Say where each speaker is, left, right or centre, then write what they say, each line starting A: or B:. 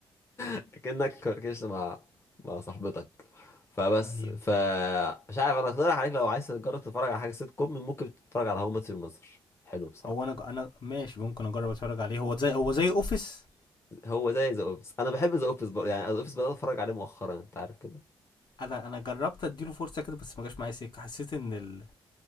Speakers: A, on the left; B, on the left.
A: كأنك فركشت مع مع صاحبتك فبس
B: ايوه
A: ف مش عارف انا اقترح عليك لو عايز تجرب تتفرج على حاجة سيت كوم ممكن تتفرج على هوم مات يور ماذر حلو بصراحة
B: هو انا انا ماشي ممكن اجرب اتفرج عليه هو زي هو زي اوفيس
A: هو زي ذا اوفيس انا بحب ذا اوفيس بر... يعني ذا اوفيس بدأت اتفرج عليه مؤخرا انت عارف كده
B: انا انا جربت اديله فرصه كده بس ما جاش معايا سكه حسيت ان ال...